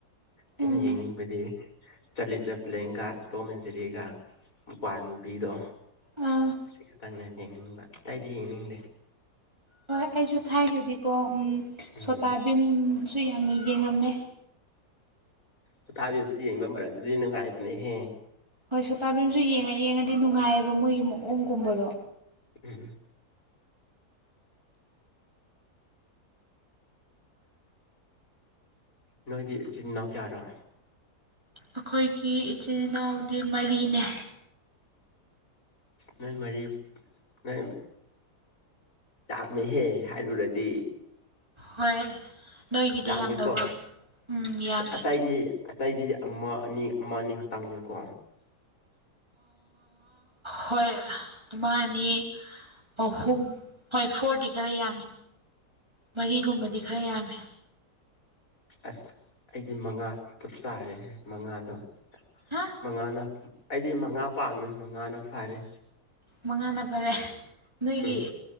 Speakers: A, on the left; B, on the right.
A: ꯑꯩꯅ
B: ꯎꯝ
A: ꯌꯦꯡꯅꯤꯡꯕꯗꯤ ꯆꯠꯂꯤ ꯆꯦꯝꯄ꯭ꯂꯦꯟꯒ ꯇꯣꯝ ꯏꯟꯖꯔꯤꯒ ꯃꯄꯥꯔ ꯃꯨꯕꯤꯗꯣ
B: ꯑꯥ
A: ꯑꯁꯤ ꯈꯛꯇꯪꯅꯦ ꯌꯦꯡꯅꯤꯡꯕ ꯑꯇꯩꯏꯗꯤ ꯌꯦꯡꯅꯤꯡꯗꯦ
B: ꯍꯣꯏ ꯑꯩꯁꯨ ꯊꯥꯏꯅꯗꯤꯀꯣ
A: ꯎꯝ
B: ꯁꯣꯇꯥꯕꯤꯝꯁꯨ ꯌꯥꯝꯅ ꯌꯦꯡꯉꯝꯃꯦ
A: ꯍꯇꯥꯕꯤꯁꯨ ꯌꯦꯡꯕ ꯃꯔꯛꯇꯗꯤ ꯅꯨꯡꯉꯥꯏꯕꯅꯦꯍꯦ
B: ꯍꯣꯏ ꯁꯣꯇꯥꯕꯤꯝꯁꯨ ꯌꯦꯡꯉ ꯌꯦꯡꯉꯗꯤ ꯅꯨꯡꯉꯥꯏꯑꯕ ꯃꯣꯏꯒꯤ ꯃꯑꯣꯡꯒꯨꯝꯕꯗꯣ
A: ꯎꯝ ꯅꯣꯏꯗꯤ ꯏꯆꯤꯟ ꯏꯅꯥꯎ ꯀꯌꯥꯔꯣ
B: ꯑꯩꯈꯣꯏꯒꯤ ꯏꯆꯤꯟ ꯏꯅꯥꯎꯗꯤ ꯃꯔꯤꯅꯦ
A: ꯅꯣꯏ ꯃꯔꯤ ꯅꯣꯏ ꯌꯥꯝꯥꯃꯦꯍꯦ ꯍꯥꯏꯔꯨꯔꯗꯤ
B: ꯍꯣꯏ ꯅꯣꯏꯒꯤꯗꯤ
A: ꯌꯥꯝꯃꯤꯀꯣ
B: ꯌꯥꯝꯗꯕ꯭ꯔꯣ ꯎꯝ ꯌꯥꯝꯃꯦ
A: ꯑꯇꯩꯗꯤ ꯑꯇꯩꯗꯤ ꯑꯃ ꯑꯅꯤ ꯑꯃ ꯑꯅꯤ ꯈꯛꯛꯇꯥꯡꯅꯦꯀꯣ
B: ꯍꯣꯏ ꯑꯗꯨꯃ ꯑꯅꯤ ꯑꯍꯨꯝ ꯍꯣꯏ ꯐꯣꯔꯗꯤ ꯈꯔ ꯌꯥꯝꯃꯤ ꯃꯔꯤꯒꯨꯝꯕꯗꯤ ꯈꯔ ꯌꯥꯝꯃꯤ
A: ꯑꯁ ꯑꯩꯗꯤ ꯃꯉꯥ ꯆꯞ ꯆꯥꯔꯦ ꯃꯉꯥꯗꯣ
B: ꯍꯥ
A: ꯃꯉꯥꯅ ꯑꯩꯗꯤ ꯃꯉꯥ ꯄꯥꯝꯃꯦ ꯃꯉꯥꯅ ꯐꯔꯦ
B: ꯃꯉꯥꯅ ꯐꯔꯦ ꯅꯣꯏꯒꯤ
A: ꯎꯝ